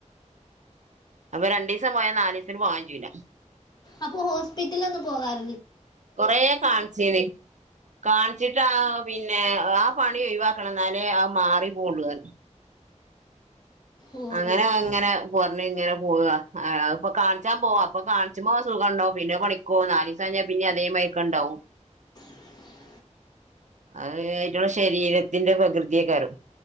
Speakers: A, on the right (about 70°); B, on the left (about 35°).
A: അപ്പൊ രണ്ടീസം പോയാ നാ ലിസ്തിന് പോവാൻ കജൂല.
B: അപ്പൊ ഹോസ്പിറ്റലെ ഒന്നു പോകാറ
A: കൊറേകാണിചീന് കാണിച്ചിട്ട് ആ പിന്നെ ആ പണി ഒഴിവാക്കണം എന്നാലേ ആ മാറി പോവുള്ളൂ ന്നർഞ്ഞ്.
B: ഓ
A: അങ്ങനെ
B: ഓ
A: ഇങ്ങനെ
B: ഓ
A: പർ ഇങ്ങനെ പോവ അഹ്പ്പ കാണിച്ചാൻ പോവാ അപ്പൊ കാണിച്ചുമ്പോ സുഖംണ്ടാവും പിന്നെ പണിക്കോ നാലീസം കൈഞ്ഞാ പിന്നെ അതേമാരി ക്കണ്ടാവും.
B: <unintelligible>
A: അ ശരീരത്തിന്റെ പ്രകൃതിയെക്കരം.